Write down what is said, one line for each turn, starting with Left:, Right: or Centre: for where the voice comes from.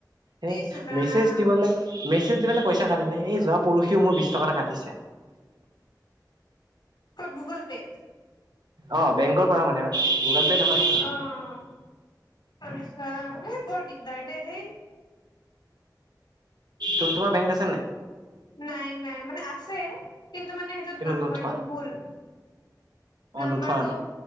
Right: হে
Left: ইচ ৰাম
Right: মেছেজ দিবলে, মেছেজ দিবলে পইচা কাটে নে এই যোৱা পৰহিও মোৰ বিশ টকা কাটে দিছে
Left: ক'ত গুগল পে'ত
Right: অহ বেংকৰ পৰা মানে আৰু গুগল পে নহয়
Left: অহ আচ্ছা এ বৰ দিগদাৰ দে দেই
Right: তো তোমাৰ বেংক আছে নাই
Left: নাই নাই মানে আছে কিন্তু মানে সেইটোত
Right: কিন্তু
Left: নাম্বাৰটো
Right: নোথোৱা
Left: ভুল।
Right: অ
Left: নম্বাৰটো
Right: নোথোৱা মানে